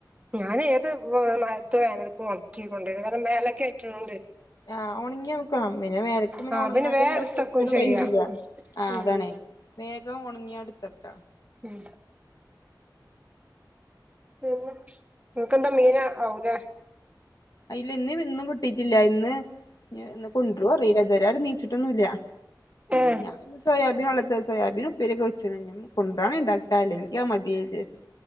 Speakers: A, on the right; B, on the left.
A: ഞാന് ഏത് <unintelligible> ഒണക്കി കൊണ്ട് വരും കാരണം മേലൊക്കെ ആയിട്ട്ണ്ട്
B: ആഹ് ഒണങ്ങിയ <unintelligible> പിന്നെ വേനക്കും പിന്നെ
A: ആ
B: ഒണങ്ങാതെ
A: വേ
B: <unintelligible>
A: എടുത്തക്കും ചെയ്യാം
B: കയ്യൂല ആഹ്
A: ഉം
B: അതാണേ വേഗം ഒണങ്ങിയ അടുത്തക്ക
A: മ്ഹ് പിന്ന നിങ്ങക്കെന്താ മീന് ആവൂലേ
B: അയ് ഇല്ല ഇന്ന് ഇന്നും കിട്ടീട്ടില്ല ഇന്ന് ഇന്ന് കൊണ്ട് വരൂ അറിയില്ല ഇതു വരെ ആരും എനീച്ചി റ്റൊന്നുല്ലാ
A: ഏ
B: ഞാൻ സോയാബീൻ <unintelligible> സോയാബീൻ ഉപ്പേരിയൊക്കെ വെച്ച് <unintelligible> കൊണ്ട് വരണെങ്കി ഇണ്ടാക്കാല്ലോ അല്ലെങ്കി അത് മതിയെന്ന് വിചാരിച്ച്